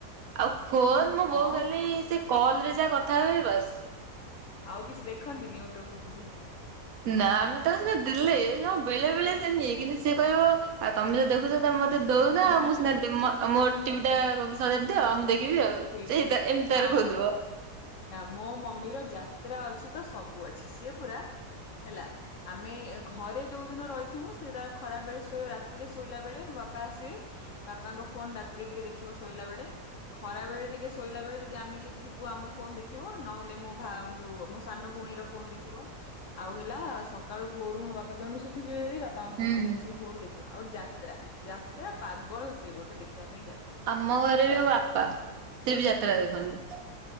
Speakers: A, on the right; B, on the left.
A: ଆଉ ଫୋନ ମୁଁ
B: ହଁ
A: ବୋଉ ଖାଲି ସେ କଲ ରେ ଯାହା କଥା ହୁଏ ବାସ।
B: ଆଉ କିଛି <unintelligible>
A: ନା ଆମେ ତ ସେ ଦେଲେଣ ବେଳେ ବେଳେ ସେ ନିଏ କିନ୍ତୁ ସିଏ କହିବ ଆଉ ତମେ ଯ ଦେଖୁଛ ମତେ ଦଉନା
B: ହାଁ ହାଁ
A: ମୁଁନାହା
B: ହାଁ
A: ଓଟିପି ଟା <unintelligible> ଆଉ ସେଇ
B: ଠିକ ଠିକ
A: ଏମିତି ତାର
B: ହଁ।
A: ଖୋଇଦବ।
B: ନା ମୋ ମମିର ଯାତ୍ରା ଅଛି ତ ସବୁ ଅଛି। ସିଏ ପୁରା ହେଲା ଆମେ ଘରେ ଯୋଉ ଦିନ ରହିଥିବୁ ସେ ତାର ଖରା ବେଳେ ଶୋଇ ରାତିରେ ଶୋଇଲା ବେଳେ ମୋ ବାପା ଆସିବେ। ବାପାଙ୍କ ଫୋନ ରାତିରେ ଟିକେ ଦେଖିବ ଶୋଇଲା ବେଳେ। ଖରା ବେଳେ ଟିକେ ଶୋଇଲା ବେଳେ। ଯଦି ଆମେ କିଏ ଥିବୁ ଆମ ଫୋନ ଦେଖିବ ନହେଲେ ମୋ ଯୋଉ ମୋ ସାନ ଭଉଣୀର ଫୋନ ଦେଖବ। ଆଉ ହେଲା ସକାଳୁ ଭୋରୁ ମୋ ବାପା ବେଣୁସୁ ଉଠି ବାପାଙ୍କ ଫୋନ
A: ହୁଁ
B: ଟିକେ
A: ହୁଁ
B: ବସିକି ଭୋରୁ ଦେଖିବା। ଆଉ ଯାତ୍ରା ଯାତ୍ରା ପାଗଳ ସେ ଗୋଟେ ଦେଖିବା ପାଇଁ ଯାତ୍ରା।
A: ଆମ ଘରେ ବି ଆମ ବାପା ସେ ବି ଯାତ୍ରା ଦେଖନ୍ତି।